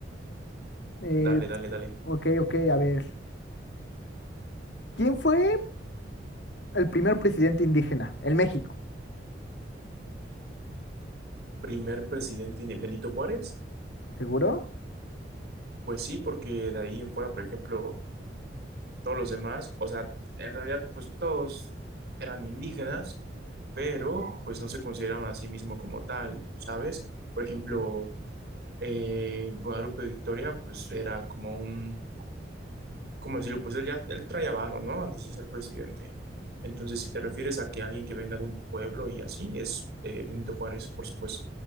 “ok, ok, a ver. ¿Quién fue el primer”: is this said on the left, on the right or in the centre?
Left